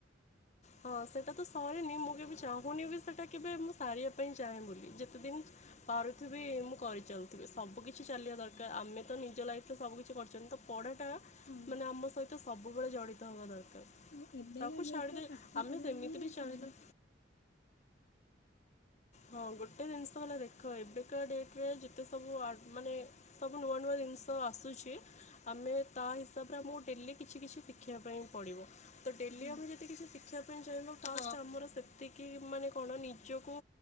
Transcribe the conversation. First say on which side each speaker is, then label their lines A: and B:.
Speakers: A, on the left; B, on the left.
A: ହଁ ସେଟା ତ ସରେନି। ମୁଁ କେବେ ଚାହୁଁନି ବି ସେଟା କେବେ ମୁଁ ସାରିବା ପାଇଁ ଚାହେଁ ବୋଲି ଯେତେ ଦିନ୍ <unintelligible> ତଥାବି ମୁଁ କରିଚାଲୁଥିବି ସବୁ କିିଛି ଚାଲିବା ଦରକାର। ଆମେ ତ ନିଜ ଲାଇଫିରେ ସବୁକିଛି କରିଚନ୍ତି ତ ପଢା ଟା
B: ହଁ।
A: ମାନେ ଆମ ସହିତ ସବୁବେଳେ ଜଡିତ ହବା ଦରକାର।
B: ହଁ ଏବେକା
A: ତାକୁ
B: ଡେଟରେ
A: ଛାଡିଦେ
B: ପାଠ
A: ଆମେ
B: ପଢା
A: ସେମିତି
B: ହିଁ
A: ବି ଚାହିଁଲେ
B: ସବୁ
A: ହଁ ଗୋଟେ ଜିନିଷ ହେଲା ଦେଖ ଏବେ ଆଜିକା ଡେଟରେ ଯେତେ ସବୁ ଆଡ୍ ମାନେ ସବୁ ନୂଆ ନୂଆ ଜିନିଷ ଆସୁଚି। ଆମେ ତା ହିସାବରେ ଆମକୁ ଡେଲି କିଛି କିଛି ଶିଖିବା ପାଇଁ ପଡିବ। ତ ଡେଲି
B: ହଁ
A: ଆମେ ଯଦି କିଛି ଶିଖିବା ପାଇଁ ଚାହିଁବ ଫାଷ୍ଟ ଆମର ସେତିକି ମାନେ କଣ ନିଜକୁ